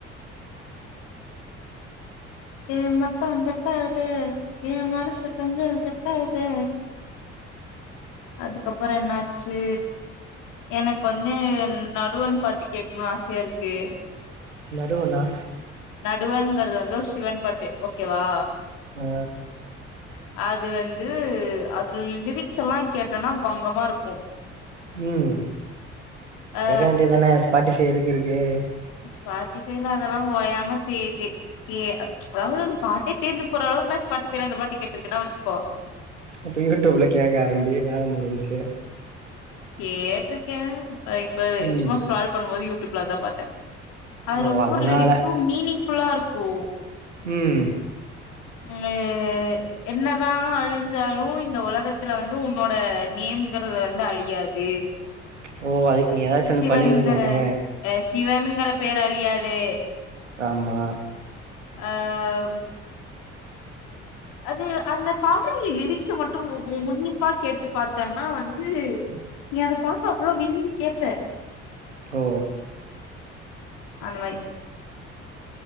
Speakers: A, on the left (about 65°); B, on the right (about 80°).
A: எ மட்டு தட்டாதே எ மனசு கொஞ்சொ தட்டாதே அதுக்கப்புறோ என்னாச்சு எனக்கு வந்து என்ன ஆதவன் பாட்டு கேட்கணும்னு ஆசையா இருக்கு
B: நடுவண்ணா
A: நடுவண்ங்கிறது வந்து ஒரு சிவன்பாட்டு ஓகேவா
B: ஆ
A: அது வந்து அதுல லிரிக்ஸ் எல்லா கேட்டோனா பங்கமா இருக்கு
B: ம்
A: அ
B: கேக்க வேண்டியதுதான ஸ்பாட்டிபை எதுக்கு இருக்கு
A: ஸ்பாட்டிஃபைல அதெல்லா ஓயாம தே தே தே அதாவது அந்த பாட்டே தேஞ்சி போற அளவுக்கு நா ஸ்பாட்டிஃபைல அந்த பாட்டு கேட்டுருக்கேன்னு வச்சிக்கோ
B: அப்ப யூடியூப்ல கேக்க ஆரம்பி வேல முடிஞ்ச்சி
A: கேட்ருக்கே இப்ப இப்ப
B: ம்
A: சும்மா ஸ்குரோல் பண்ணும்போது யூடியூப்ல அதா பாத்தே அதுல
B: ஓ
A: ஒவ்வொரு
B: அதனால
A: லிரிக்ஸு மீனிங்ஃபுல்லா இருக்கு
B: ம்
A: என்ன ஏ என்னதா அழிஞ்சாலு இந்த உலகத்துல வந்து உன்னோட நேம்ங்கிறது வந்து அழியா து
B: ஓ அதுக்கு நீ ஏதாச்சு ஒண்ணு
A: சிவன்கர
B: பண்ணிருக்கோனு
A: சிவன்கர பேர் அழியாது
B: ஆமா
A: ஆ ம் அது அந்த பாட்டுல லிரிக்ஸ மட்டு உன்னிப்பா கேட்டு பாத்தன்னா வந்து நீ அந்த பாட்ட அவ்ள விரும்பி கேப்ப
B: ஓ
A: அந்த மாரி